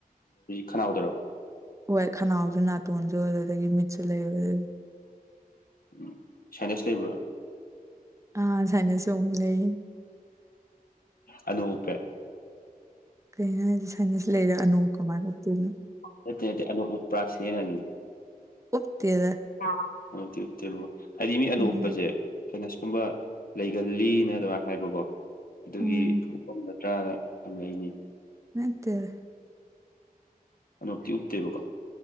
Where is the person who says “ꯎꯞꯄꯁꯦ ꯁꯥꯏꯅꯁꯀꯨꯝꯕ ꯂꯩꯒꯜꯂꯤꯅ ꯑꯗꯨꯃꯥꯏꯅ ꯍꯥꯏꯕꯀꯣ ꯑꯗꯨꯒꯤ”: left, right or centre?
Left